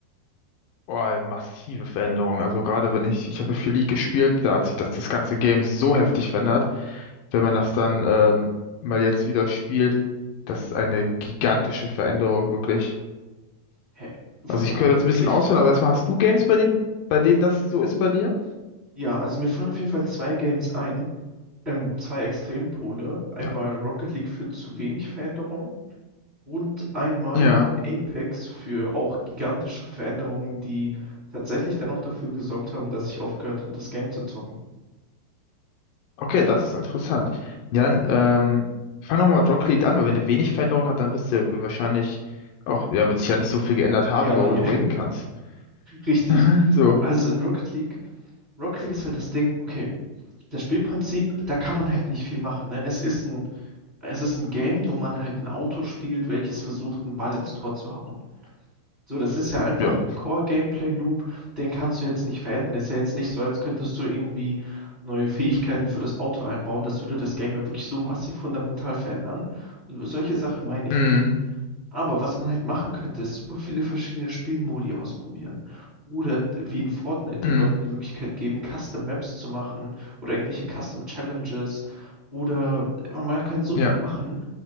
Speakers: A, on the left; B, on the right.
A: Oh, massive Veränderung. Also gerade wenn ich, ich habe für League gespielt, da hat sich das, das ganze Game so heftig verändert. Wenn man das dann ähm, mal jetzt wieder spielt, das ist eine gigantische Veränderung, wirklich.
B: Hä? Wa-
A: Also
B: Warte
A: ich könnte
B: mal,
A: jetzt
B: wirklich?
A: ein bisschen ausholen, aber erstmal hast du Games, bei denen, bei denen das so ist bei dir?
B: Ja, also mir fallen auf jeden Fall zwei Games ein, ähm, zwei Extrempole. Einmal
A: Ja.
B: Rocket League führt zu wenig Veränderung Und einmal
A: Ja.
B: Apex für auch gigantische Veränderungen, die tatsächlich dann auch dafür gesorgt haben, dass ich aufgehört habe, das Game zu zocken.
A: Okay, das ist interessant. Ja, dann ähm, fang nochmal mit Rocket League an, weil wenn du wenig Veränderung hat, dann wirst du ja wahrscheinlich auch, ja, wird sich ja nicht so viel geändert haben,
B: Ja,
A: worüber
B: ja,
A: du
B: <laughs>
A: reden kannst.
B: richtig.
A: <laughs> So,
B: Also in Rocket League, Rocket League ist halt das Ding, okay, das Spielprinzip, da kann man halt nicht viel machen, ne? Es ist ein, es ist ein Game, wo man halt ein Auto spielt, welches versucht, einen Ball ins Tor zu hauen. So, das ist ja einfach
A: Ja.
B: ein Core-Gameplay-Loop, den kannst du jetzt nicht verändern. Ist ja jetzt nicht so, als könntest du irgendwie neue Fähigkeiten für das Auto einbauen. Das würde das Game ja wirklich so massiv fundamental verändern. Solche Sachen meine ich
A: Mhm.
B: nicht. Aber was man halt machen könnte, ist super viele verschiedene Spielmodi ausprobieren. Oder wie in Fortnite den
A: Mhm.
B: Leuten die Möglichkeit geben, Custom Maps zu machen oder irgendwelche Custom Challenges. Oder man kann so viel
A: Ja.
B: machen,